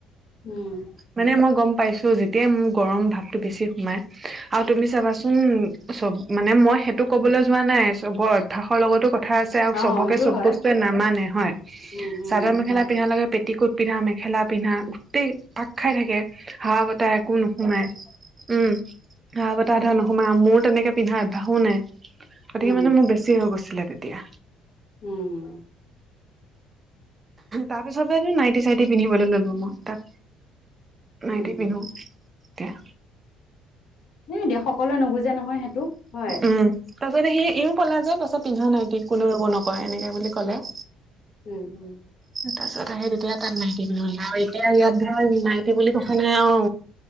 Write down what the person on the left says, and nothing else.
উম!
অ',
সেইটো
হয়,
উম, উম,
উম,
উম।
উম,
এ দেশ সকলোৱে নুবুজে নহয় সেইটো। হয়,
উম উম।